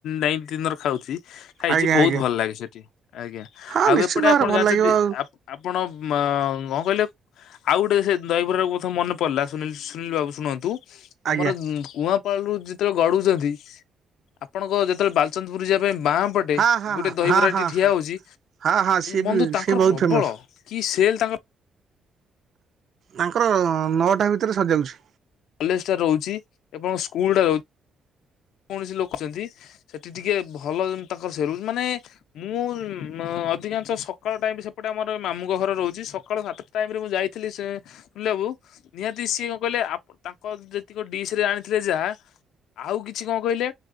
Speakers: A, on the left; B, on the right.
A: ନାଇନ୍ ଦିନରୁ ଖାଉଚି। ଖାଇଚି
B: ଆଜ୍ଞା
A: ବହୁତ
B: ଆଜ୍ଞା
A: ଭଲ ଲାଗେ ସେଠି ଆଜ୍ଞା
B: ହଁ
A: ଆଉ
B: ନିଶ୍ଚିନ୍ତ
A: ଏପଟେ
B: ଭାବରେ
A: ଆପଣ
B: ଭଲ
A: ଜାଣିଛନ୍ତି
B: ଲାଗିବ ଆଉ
A: ଆପ ଆପଣ ମା କଣ କହିଲେ? ଆଉ ଗୋଟେ ସେ ଦହିବରାରୁ କଥା ମନେ ପଇଲା ସୁନ ସୁନୀଲ ବାବୁ ଶୁଣନ୍ତୁ।
B: ଆଜ୍ଞା
A: ଆମର କୂଆଁପାଳରୁ ଯେତେବେଳେ ଗଡୁଚନ୍ତି ଆପଣଙ୍କ ଯେତେବେଳେ ବାଲଚନ୍ଦପୁର ଯିବା ପାଇଁ ବାଁ ପଟେ
B: ହଁ ହଁ
A: ଗୋଟେ ଦହିବରାଟି
B: ହଁ ହଁ
A: ଠିଆ
B: ହଁ
A: ହେଉଚି
B: ହଁ ହଁ ସିଏ
A: ବନ୍ଧୁ
B: ବି
A: ତାଙ୍କର
B: ସିଏ ବହୁତ
A: ପ୍ରବଳ
B: ଫେମସ
A: କି ସେଲ୍ ତାଙ୍କର।
B: ତାଙ୍କର ନଅଟା ଭିତରେ ସରିଯାଉଛି।
A: କଲେଜ ଟା ରହୁଚି ଏବଂ ସ୍କୁଲ ଟା ରହୁ କୌଣସି ଲୋକୁଚନ୍ତି। ସେଠି ଟିକେ ଭଲ ତାଙ୍କର ସେଲେ୍ ହୋଉଚି ମାନେ ମୁଁ ଅଧିକାଂଶ ସକାଳ ଟାଇମ ସେପଟେ ଆମର ମାମୁଁଙ୍କ ଘରେ ରହୁଚି, ସକାଳ ସାତଟା ଟାଇମରେ ମୁଁ ଯାଇଥିଲି ସେ ବୁଲିଆକୁ ନିହାତି ସିଏ କଣ କହିଲେ ଆପ୍ ତାଙ୍କ ଯେତିକ ଡିସ ରେ ଆଣିଥିଲେ ଯାହା ଆଉ କିଛି କଣ କହିଲେ?